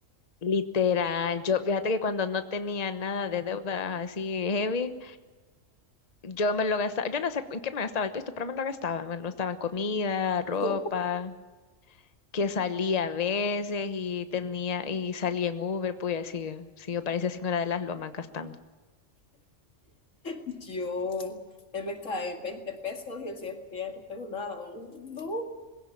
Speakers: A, on the left (about 35°); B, on the left (about 85°).
A: Literal, yo fíjate que cuando no tenía nada de deuda así heavy, yo me lo gastaba, yo no sé en qué me gastaba el pisto, pero me lo gastaba, me lo gastaba en comida, ropa.
B: Yo
A: que salía a veces y tenía y salía en Uber, pues así, sí, yo parecía señora de las lomas gastando.
B: yo eh, me caí 20 pesos y el siguiente día no tengo nada. No.